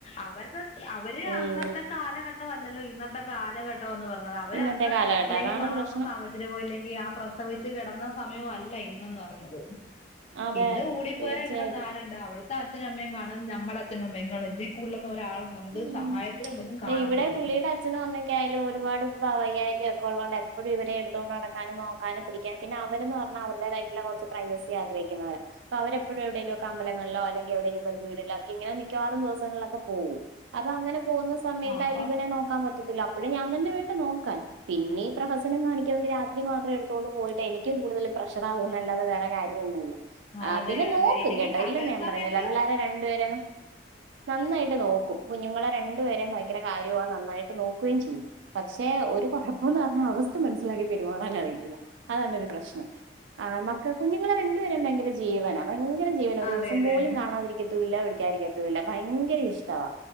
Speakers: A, on the left; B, on the right.
A: അവരുടെ അവര്
B: ഉം
A: അന്നത്തെ കാലഘട്ടമല്ലല്ലോ ഇന്നത്തെ കാലഘട്ടംന്ന് പറ. അവര്
B: ഇന്നത്തെ
A: അന്ന്
B: കാലഘട്ടം
A: അല്ലെങ്കി
B: അതാണ്
A: വളർന്ന
B: പ്രശ്നം.
A: സാഹചര്യ. <unintelligible> ല്ലെങ്കിൽ ആ പ്രസവിച്ചു കിടന്ന സമയം അല്ല ഇന്നന്ന് പറഞ്ഞത്.
B: അതെ
A: ഇന്ന് കൂടിപ്പോയാ
B: തീർച്ചയായിട്ടും.
A: ഇവിടെ നാര <unintelligible> ണ്. അവിടത്തെ അച്ഛനും അമ്മയും കാണും നമ്മടെ അഛനും അമ്മയും കാണും ഇതിൽ കൂടുതലൊന്നും ഒരാളും - നമുക്ക്
B: ഉം
A: സഹായത്തിന് ഇതൊന്നും കാണത്തില്ല.
B: ഇവിടെ പുള്ളിയുടെ അച്ഛനും അമ്മയൊക്കെ ആയാലും ഒരുപാട് വൈയ്യാഴ്കയു- ക്ക ഉള്ളോണ്ട് എപ്പോഴും ഇവരെ എടുത്തോണ്ട് നടക്കാനും നോക്കാനും പിടിക്കാൻ പിന്നെ അവര് എന്ന് പറഞ്ഞാ അവരുടേതായിട്ടുള്ള കൊറച്ച്. പ്രൈവസി ആഗ്രഹിക്കുന്നരാ. അപ്പൊ അവരെപ്പോഴും എവിടെങ്കിലൊക്കെ അമ്പലങ്ങളിലോ എല്ലങ്കിൽ എവിടെങ്കിലും ബന്ധു വീടിലോ- ഇങ്ങനെ മിക്കവാറും ദിവസങ്ങളിലൊക്കെ പോകും. അപ്പൊ അങ്ങനെ പോകുന്ന സമയത്തായാലും
A: ആ അപ്പം
B: ഇവനെ- നോക്കാൻ പറ്റത്തില്ല. അപ്പോഴും ഞാൻ തന്നെ വേണ്ടെ നോക്കാൻ. പിന്നെ ഈ പ്രഹസം കാണിക്കാ വേണ്ടി രാത്രി മാത്രം എടു. ത്തോണ്ട് പോയിട്ട് എനിക്ക് കൂടുതൽ പ്രഷറാവും എന്നല്ലാതെ വേറെ കാര്യൊന്നുല്ല. ആഹ്
A: അതെ
B: പിന്നെ
A: അതെ
B: നോക്കും
A: ഇല്ലെങ്കി
B: കേട്ടോ
A: പകൽ
B: ഇല്ലന്ന് ഞാൻ
A: സമയത്ത്
B: പറയുന്നില്ല പിള്ളോരെ രണ്ടുപേരേയും- നന്നായിട്ട് നോക്കും. കുഞ്ഞുങ്ങളെ രണ്ടുപേരയും ഭയങ്കര കാര്യവുവാ നന്നായിട്ട് നോക്കുകയും ചെയ്യും. പക്ഷെ ഒരു കൊഴപ്പം എന്ന് പറഞ്ഞാ അവസ്ഥ മനസ്സിലാക്കി പെരുമാറാൻ അറിയത്തില്ല. അതാാണ് ഒരു പ്രശ്നം. ആ മക്കളെ കുഞ്ഞുങ്ങളെ രണ്ടുപേരയും ഭയങ്കര ജീവനാണ് ഭയങ്കര ജീ - ജീവന ഒരു
A: അതെല്ലേ
B: ദിവസം പോലും കാണാതിരിക്കത്തൂല്ല വിളിക്കാതിരിക്കത്തൂല്ല ഭയങ്കര ഇഷ്ടവാ.